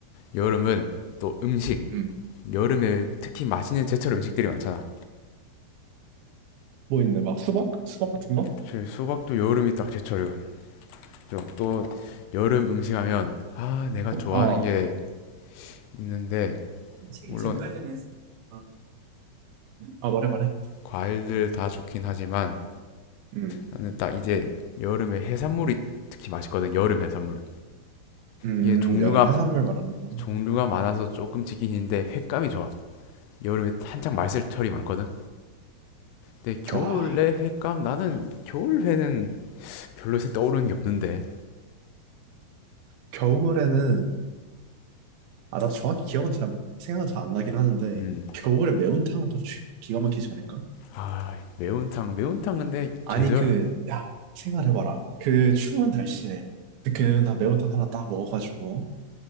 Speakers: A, on the left; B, on the right.
A: 여름은 또 음식
B: 음.
A: 여름에 특히 맛있는 제철 음식들이 많잖아
B: 뭐 있네, 막 수박? 수박 같은 거?
A: 사실 수박도 여름이 딱 제철이고 그죠? 또 여름 음식 하면 아 내가 좋아하는
B: 어,
A: 게 있는데
B: 치기
A: 물론
B: 전까지는 했어. 어. 아, 말해, 말해.
A: 과일들 다 좋긴 하지만
B: 음,
A: 나는 딱 이제 여름에 해산물이 특히 맛있거든 여름 해산물
B: 음,
A: 이게 종류가
B: 여름 해산물 말하는구나.
A: 종류가 많아서 조금 지긴 힘데 횟감이 좋아. 여름에 한창 말살철이 많거든. 근데 겨울에
B: 아,
A: 횟감 나는 겨울 회는 별로 떠오르는 게 없는데.
B: 겨울에는, 아, 나도 정확히 기억은 잘, 생각은 잘 안 나긴 하는데,
A: 음.
B: 겨울에 매운탕은 또 쥐- 기가 막히지 않을까?
A: 아, 매운탕. 매운탕 근데
B: 아니,
A: 계절
B: 그, 야, 생각해봐라. 그 추운 날씨에 뜨끈한 매운탕 하나 딱 먹어가지고,